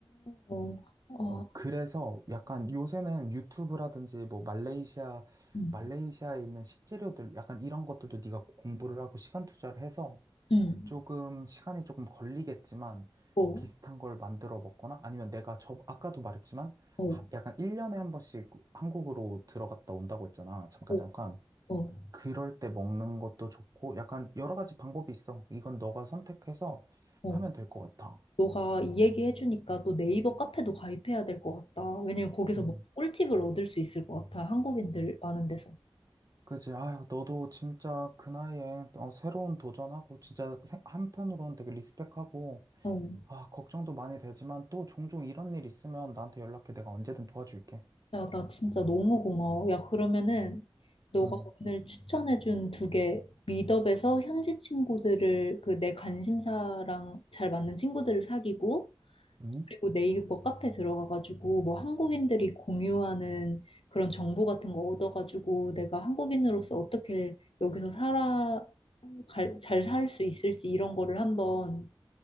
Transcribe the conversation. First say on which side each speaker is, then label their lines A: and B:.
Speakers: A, on the left; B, on the right.
A: 어, 어,
B: 어, 그래서 약간 요새는 유튜브라든지 뭐 말레이시아,
A: 응,
B: 말레이시아에 있는 식재료들 약간 이런 것들도 네가 공부를 하고 시간 투자를 해서
A: 응,
B: 조금 시간이 조금 걸리겠지만
A: 어,
B: 비슷한 걸 만들어 먹거나 아니면 내가 저, 아까도 말했지만
A: 어,
B: 하- 약간 1년에 한 번씩 한국으로 들어갔다 온다고 했잖아. 잠깐,
A: 어,
B: 잠깐.
A: 어,
B: 그럴 때 먹는 것도 좋고, 약간 여러 가지 방법이 있어. 이건 너가 선택해서
A: 어.
B: 하면 될 것 같아.
A: 너가 이 얘기 해주니까 또 네이버 카페도 가입해야 될 것 같다. 왜냐면 거기서
B: 음,
A: 뭐 꿀팁을 얻을 수 있을 것 같아. 한국인들 많은 데서.
B: 그지? 아유, 너도 진짜 그 나이에 어, 새로운 도전하고, 진짜 생- 한편으로는 되게 리스펙하고,
A: 어.
B: 아, 걱정도 많이 되지만 또 종종 이런 일 있으면 나한테 연락해. 내가 언제든 도와줄게.
A: 야, 나 진짜 너무 고마워. 야, 그러면은 너가
B: 음,
A: 오늘 추천해준 두 개 미드업에서 현지 친구들을 그 내 관심사랑 잘 맞는 친구들을 사귀고
B: 음.
A: 그리고 네이버 카페 들어가가지고 뭐 한국인들이 공유하는 그런 정보 같은 거 얻어가지고 내가 한국인으로서 어떻게 여기서 살아 잘 살 수 있을지 이런 거를 한번